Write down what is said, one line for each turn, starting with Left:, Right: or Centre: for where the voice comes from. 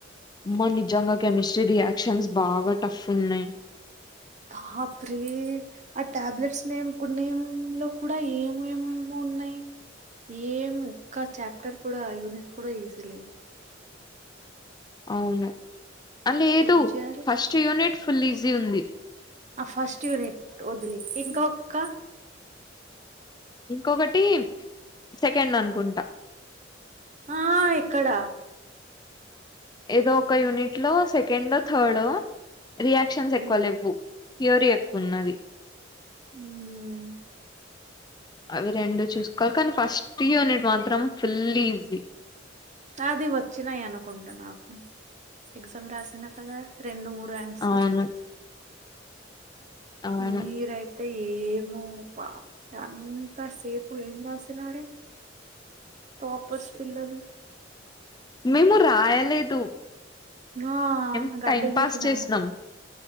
Left: మా నిజంగా కెమిస్ట్రీ రియాక్షన్స్ బాగా టఫ్ ఉన్నాయి.
Right: బాప్రే ఆ టాబ్లెట్స్ నేమ్ కో నేం లో కూడా ఏమేమేమో. ఉన్నాయి ఏం ఒక చాప్టర్ కూడా యూనిట్ కూడా ఈజీ లేదు
Left: అవును అ లేదు
Right: ఏం చేయాలి
Left: ఫస్ట్ యూనిట్ ఫుల్ ఈజీ ఉంది
Right: ఆ ఫస్ట్ యూనిట్ ఒదిలి ఇంకా ఒక్క
Left: ఇంకొకటి సెకండ్ అనుకుంటా.
Right: ఆహ్ ఎక్కడ.
Left: ఏదో ఒక యూనిట్ లో సెకండో థర్డో రియాక్షన్స్ ఎక్కువ
Right: ఉమ్
Left: లేవ్వు. థియోరీ ఎక్కువన్నది
Right: ఉమ్
Left: అవి రెండు చూసుకోవాల్ కానీ ఫస్ట్ యూనిట్ మాత్రం ఫుల్ ఈజీ
Right: ఆది వచ్చినాయి అనుకుంట నాకు ఎగ్జామ్ రాసిన కదా రెండు మూడు బ్రాండ్ సర్
Left: అవును అవును
Right: మీరు అయితే ఏమో పా అంతా సేపు ఏం రాసినారే టాప్పర్స్ పిల్లలు
Left: మేము రాయలేదు
Right: ఆ
Left: మేం
Right: గడ్డి
Left: టైం
Right: పీకినావు
Left: పాస్ చేసినాం